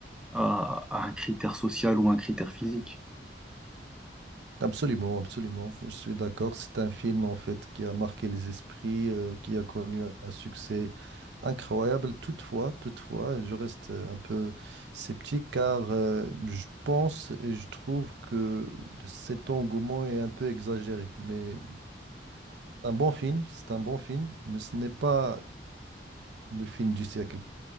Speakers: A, in the centre; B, on the right.
A: à- à un critère social ou un critère physique.
B: Absolument, absolument. Je suis d'accord. C'est un film en fait qui a marqué les esprits, euh, qui a connu un succès incroyable. Toutefois, toutefois, je reste euh, un peu sceptique car euh, je pense et je trouve que cet engouement est un peu exagéré. Mais c'est un bon film, c'est un bon film, mais ce n'est pas le film du siècle.